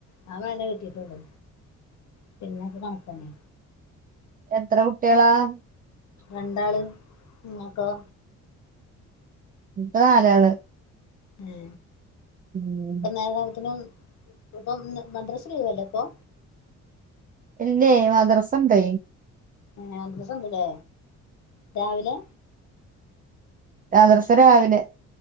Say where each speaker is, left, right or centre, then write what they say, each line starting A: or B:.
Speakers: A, on the left; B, on the right.
A: ആ മയ കിട്ടിട്ടെള്ളു പിന്നെ ഒക്കെ കണക്ക് തന്നെ
B: എത്ര കുട്ടിളാ? <unintelligible>
A: രണ്ടാള് നിങ്ങക്കോ
B: ഇൻക്ക് നാലാള്.
A: മ്
B: ഉം
A: ഇപ്പ നാലെണ്ണത്തിനും ഇപ്പപ്പം മദ്രസ ലീവല്ലേ ഇപ്പൊ?
B: ഇല്ലേ മദ്റസ് ഇണ്ട്.
A: ഏഹ് മദ്രസ് ഇണ്ട്ല്ലേ. രാവിലെ
B: മദറസ രാവിലെ.